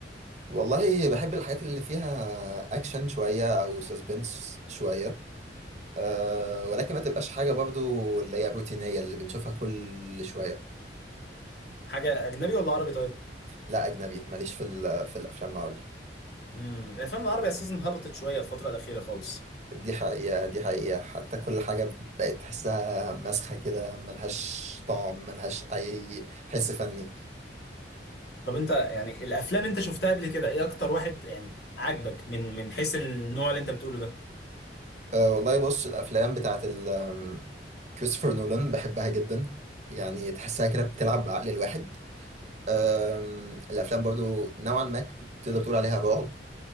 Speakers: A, on the right; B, on the left.
A: والله بحب الحاجات اللي فيها اكشن شويه او سسبنس شويه آه ولكن ما تبقاش حاجه برضو اللي هي روتينيه اللي بنشوفها كل شويه
B: حاجه اجنبي ولا عربي طيب
A: لا اجنبي ماليش في ال- في الافلام العربي
B: امم الافلام العربي اساسا هبطت شويه الفتره الاخيره خالص
A: دي حقيقة دي حقيقة حتى كل حاجة بقت تحسها مسخة كده ملهاش طعم ملهاش أي حس فني
B: طب انت يعني الافلام اللي انت شفتها قبل كده ايه اكتر واحد يعني عاجبك من من حيث النوع اللي انت بتقوله ده
A: أه والله بص الأفلام بتاعت ال آم، كريستوفر نولان بحبها جدا يعني تحسها كده بتلعب بعقل الواحد أم، الأفلام برضو نوعا ما تقدر تقول عليها رعب